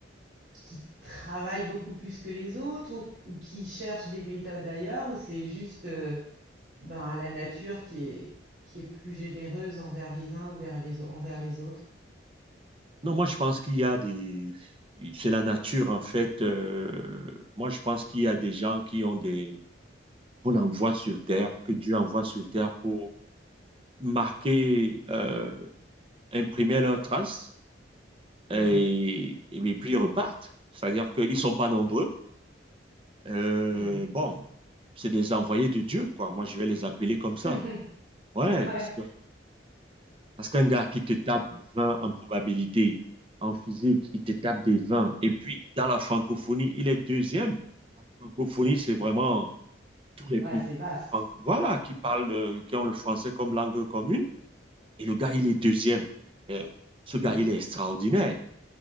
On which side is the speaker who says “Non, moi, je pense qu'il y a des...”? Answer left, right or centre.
Right